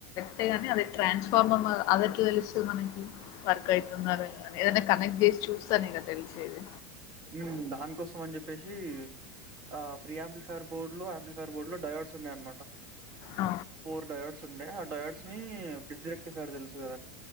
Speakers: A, on the left (about 50°); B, on the right (about 50°).
A: అ ని అదే ట్రాన్స్ఫార్మర్ అది ఎట్లా తెలుస్తది మనకి వర్క్ అయితున్నదా లేదా ఏదైనా కనెక్ట్ చేసి చు చూస్తానెగా తెలిసేది
B: మ్ దానికోసం అని చెప్పేసి ఆ ప్రీ ఆంప్లిఫైర్ బోర్డు లో ఆంప్లిఫైర్ బోర్డులు డవర్డ్స్ ఉన్నాయ అనమాట
A: ఆ
B: ఫోర్ డయాడ్స్ ఉండే ఆ డయాడ్స్ ని బ్రిడ్జ్ రెక్టి ఫారు తెలుసు కదా